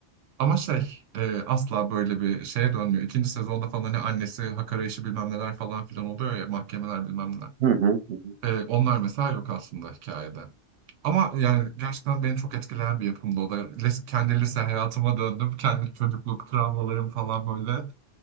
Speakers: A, on the right; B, on the right.
A: Ama şey e, asla böyle bir şeye dönmüyor. İkinci sezonda falan hani annesi hak arayışı bilmem neler falan filan oluyor ya mahkemeler bilmem neler.
B: Hı hı hı.
A: Ee, onlar mesela yok aslında hikayede. Ama yani gerçekten beni çok etkileyen bir yapımdı o da. Lis- kendi lise hayatıma döndüm. Kendi çocukluk travmalarım falan böyle.